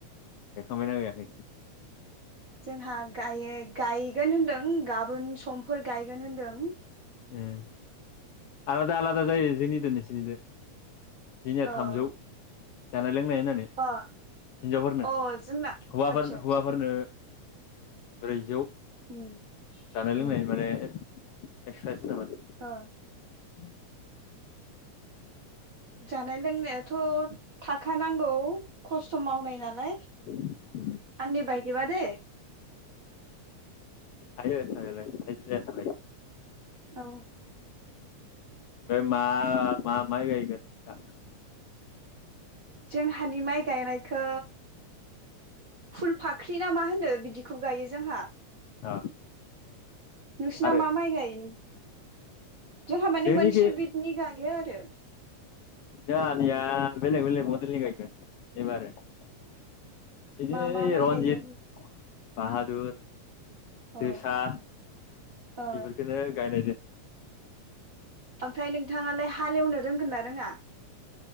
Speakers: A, on the left; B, on the right.
A: गायखांबायना गायाखै
B: जोंहा गायो गायगोन होनदों गाबोन समफोर गायगोन होनदों
A: उम आलादा आलादा जायो जोंनिदो नोंसोरनिदो दिनिया
B: औ
A: थामजौ बाय लोंनाय होननानै हिनजावफोरनो
B: अ अ जोंना
A: हौआफोर
B: आतसा आतसा
A: हौवाफोरनो ब्रैजौ
B: उम
A: जानाय लोंनाय
B: उम
A: माने एक्सट्रा एक्सट्रा माने
B: ओ
A: उम
B: जानाय लोंनायाथ थाखा नांगौ खस्थ मावनाय नालाय
A: उम
B: आंनि बायदिबा दे <inaudible>
A: थायो थानायालाय हाजिराया थाखायो
B: औ
A: बे मा मा माय गायगोन नोंसा
B: जोंहानि माइ गायनायखौ फुल फाख्रि ना मा होनो बिदिखौ गायो जोंहा
A: अ
B: नोंसिना
A: आरो
B: मा माइ गायनि जोंहा माने
A: जोंनिखि
B: मोनसे बिदनि गायो आरो
A: जोंहानिया बेलेग बेलग मदेलिनि गायगोन बेबारो <inaudible> इदि
B: मा मा माइ
A: रन्जित
B: गायगोन
A: बाहादुर
B: औ
A: जोसा बेफोरखौनो
B: ओ
A: गायनायदो
B: ओमफ्राय नोंथाङालाय हालेवनो रोंगोन ना रोङा